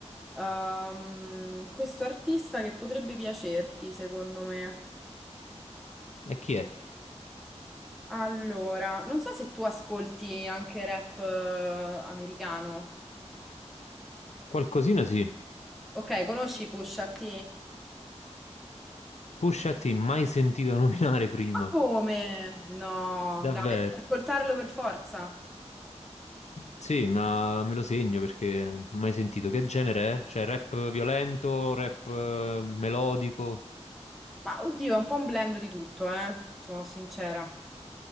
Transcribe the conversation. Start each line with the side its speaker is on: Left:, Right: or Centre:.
Centre: ehm, questo artista che potrebbe piacerti, secondo me.
Left: E chi è?
Centre: Allora, non so se tu ascolti anche rap eh, americano.
Left: Qualcosina sì.
Centre: Ok, conosci Pusha T?
Left: Pusha T, mai sentito <laughs> nominare prima.
Centre: Ma come? No,
Left: Davvero.
Centre: dai, devi ascoltarlo per forza.
Left: Sì, ma me lo segno perché mai sentito. Che genere è? Cioè, rap violento, rap eh, melodico?
Centre: Ma oddio, è un po' un blend di tutto, eh, sono sincera.